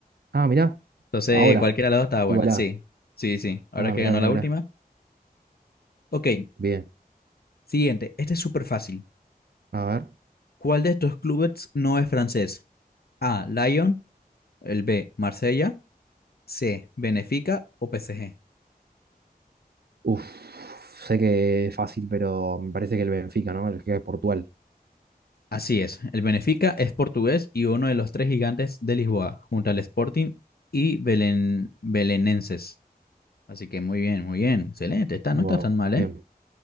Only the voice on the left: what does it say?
Entonces,
cualquiera de las dos estaba buena.
Sí, sí, sí. Ahora
que
ganó
la
última. Ok,
siguiente. Este es súper fácil.
¿Cuál de estos clubes no es francés? A. Lyon. El B. Marsella. C. Benfica o PSG.
Así es. El Benfica es portugués y uno de los tres gigantes de Lisboa, junto al Sporting y Belen- Belenenses. Así que muy bien, muy bien. Excelente. Está, no
está tan mal, ¿eh?